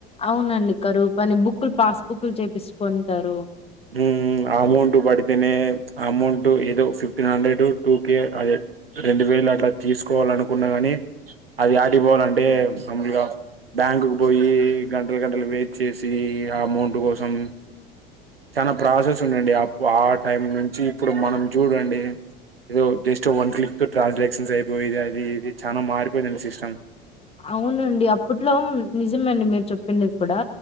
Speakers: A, on the left; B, on the right.
A: అవునండి కరువు పని బుక్లు పాస్ బుక్లు చేపింస్కొంటారు
B: మ్ అమౌంట్ పడితేనే అమౌంట్ ఏదో ఫిఫ్టీన్ హండ్రెడ్ టూకే అదే రెండు వేలు అట్లా తీసుకోవాలి అనుకున్నా కాని అది ఆడికి పోవాలంటే మాములుగా బ్యాంకు కు పోయి గంటలు గంటలు వెయిట్ చేసి ఆ అమౌంట్ కోసం చానా ప్రాసెస్ ఉండె అండి ఆ టైం నుంచి ఇప్పుడు మనం చూడండి ఏదో జస్ట్ వన్ క్లిక్ తో ట్రాన్సాక్షన్స్ అయిపోయెది అది ఇది చానా మారిపోయిందండి సిస్టమ్
A: అవునండి అప్పట్లో నిజమే అండి మీరు చెప్పింది కూడా